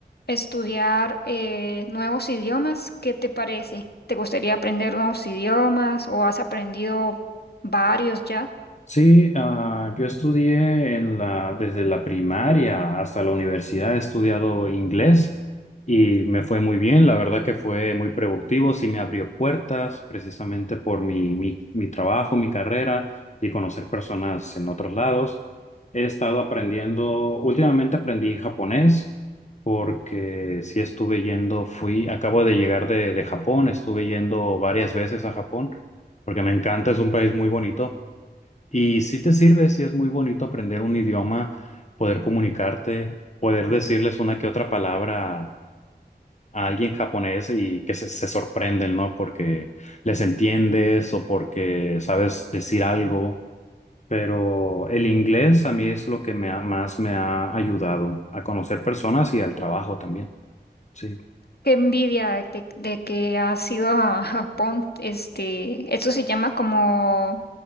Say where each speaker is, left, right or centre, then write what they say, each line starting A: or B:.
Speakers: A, on the left; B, on the left.
A: estudiar eh, nuevos idiomas, ¿qué te parece? ¿Te gustaría aprender nuevos idiomas o has aprendido varios ya?
B: Sí, ah, yo estudié en la, desde la primaria hasta la universidad, he estudiado inglés y me fue muy bien, la verdad que fue muy productivo, sí me abrió puertas precisamente por mi, mi, mi trabajo, mi carrera y conocer personas en otros lados. He estado aprendiendo, últimamente aprendí japonés porque sí estuve yendo, fui, acabo de llegar de, de Japón, estuve yendo varias veces a Japón porque me encanta, es un país muy bonito. Y si te sirve, si es muy bonito aprender un idioma, poder comunicarte, poder decirles una que otra palabra a a alguien japonés y que se, se sorprenden, ¿no? Porque les entiendes o porque sabes decir algo. Pero el inglés a mí es lo que me ha- más me ha ayudado a conocer personas y al trabajo también. Sí.
A: Qué envidia de, de que has ido a Japón. Este, eso se llama como,